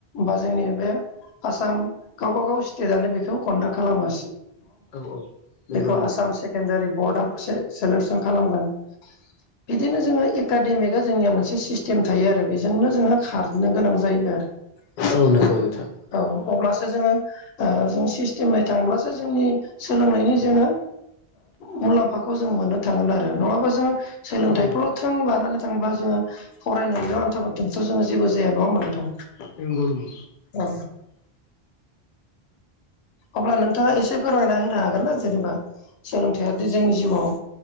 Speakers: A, on the left; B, on the left.
A: बा जोंनि बे आसाम गावबाागाव स्टेटनो बेखौ कन्डाक्ट खालामो
B: औ औ
A: बे खौ
B: नंगौ
A: आसाम सेकेण्डारि बर्डआव सेलेकसन खालामगोन बिदिनो जोङो एकाडेमिकआ जोंनिया मोनसे सिस्टेम थायो आरो बेजोंनो जोङो खारनो गोनां जायो आरो
B: औ नंगौ नोंथां
A: औ अब्लासो जोङो ओ जों से सिस्टेमै थांब्लासो जोंनि सोलोंनायनि जोङो मुलाम्फाखौ जों मोननो थांगोन आरो नङाबा जोङो सोलोंथाइखौल'
B: औ औ
A: थं लानानै थांब्ला जोङो फरायनानै आन्थाबदोंथ' जोङो जेबो जाया नङा होमबा
B: नंगौ नंगौ
A: औ अब्ला नोंथाङा एसे फोरमायना होनो हागोन ना जेनेबा सोलोंथायाइआदि जोंनि जिउआव